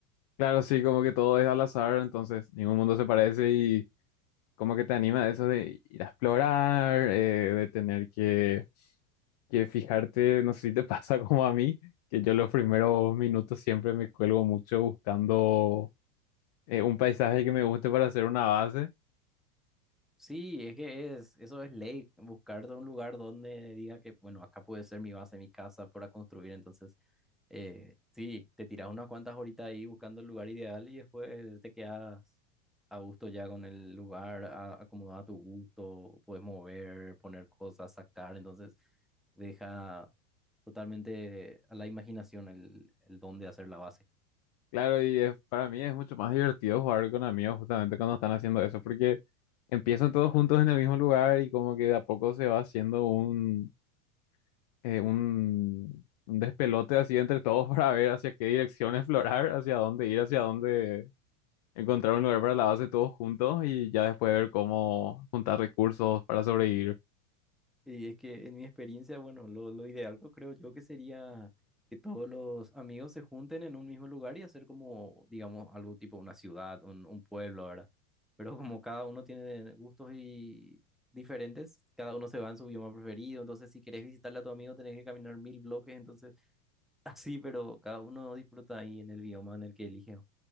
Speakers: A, on the left; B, in the centre.
A: Claro, sí, como que todo es al azar, entonces ningún mundo se parece y como que te anima eso de ir a explorar, eh, de tener que, que fijarte, no sé si te pasa <laughs> como a mí, que yo los primeros minutos siempre me cuelgo mucho buscando eh, un paisaje que me guste para hacer una base.
B: Sí, es que es, eso es ley, buscar de un lugar donde diga que, bueno, acá puede ser mi base, mi casa para construir, entonces, eh, sí, te tiras unas cuantas horitas ahí buscando el lugar ideal y después te quedas a gusto ya con el lugar, a- acomodado a tu gusto, puedes mover, poner cosas, sacar, entonces deja totalmente a la imaginación el, el dónde hacer la base.
A: Claro, y es- para mí es mucho más divertido jugar con amigos justamente cuando están haciendo eso, porque empiezan todos juntos en el mismo lugar y como que de a poco se va haciendo un, eh, un, un despelote así entre todos <laughs> para ver hacia qué dirección explorar, hacia dónde ir, hacia dónde encontrar un lugar para la base todos juntos y ya después ver cómo juntar recursos para sobrevivir.
B: Y es que en mi experiencia, bueno, lo, lo ideal que creo yo que sería que todos los amigos se junten en un mismo lugar y hacer como, digamos, algo tipo una ciudad, un, un pueblo, ¿verdad? Pero como cada uno tiene gustos y diferentes, cada uno se va en su bioma preferido, entonces si querés visitarle a tu amigo tenés que caminar mil bloques, entonces <laughs> así, pero cada uno disfruta ahí en el bioma en el que elige.